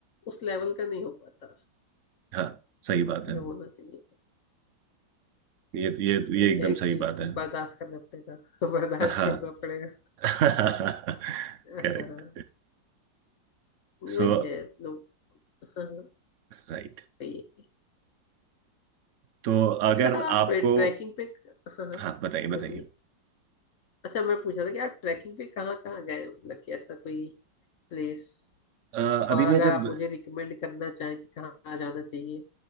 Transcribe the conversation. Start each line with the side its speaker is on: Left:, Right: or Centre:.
Left: उस लेवल का नहीं हो पाता
Right: हाँ सही बात है
Left: जो होना चाहिए
Right: ये ये
Left: वही
Right: ये एकदम
Left: है कि
Right: सही बात है
Left: बर्दाश्त करना पड़ेगा <laughs> बर्दाश्त
Right: हाँ
Left: करना पड़ेगा
Right: <laughs>
Left: हाँ
Right: करेक्ट
Left: वही
Right: सो
Left: है लोग हाँ हाँ,
Right: राइट
Left: सही है
Right: तो
Left: अच्छा
Right: अगर
Left: आप
Right: आपको
Left: ट्रैकिंग पे हाँ हाँ
Right: हाँ बताइए बताइए
Left: बोलिए अच्छा मैं पूछ रहा था कि आप ट्रैकिंग पे कहाँ कहाँ गए हैं? मतलब कि ऐसा कोई प्लेस
Right: अ, अभी
Left: और
Right: मैं
Left: अगर
Right: जब
Left: आप मुझे रिकमेंड करना चाहें कि कहाँ जाना चाहिए